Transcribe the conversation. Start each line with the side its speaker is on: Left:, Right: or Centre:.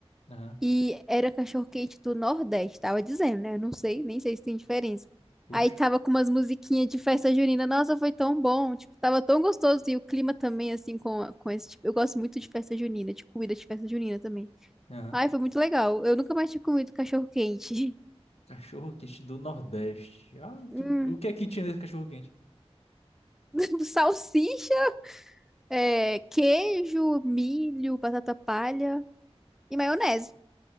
Left: Aham.
Centre: E era cachorro quente do Nordeste, tava dizendo, né? Não sei, nem sei se tem diferença.
Left: Puxa.
Centre: Aí tava com umas musiquinhas de festa junina. Nossa, foi tão bom, tipo, tava tão gostoso. E o clima também, assim, com, com esse tipo. Eu gosto muito de festa junina, de comida de festa junina também.
Left: Aham.
Centre: Ai, foi muito legal. Eu nunca mais tinha comido cachorro quente. <laughs>
Left: Cachorro quente do Nordeste. Ah,
Centre: Hum.
Left: tu- o que é que tinha nesse cachorro quente?
Centre: <laughs> Salsicha, é, queijo, milho, batata palha e maionese.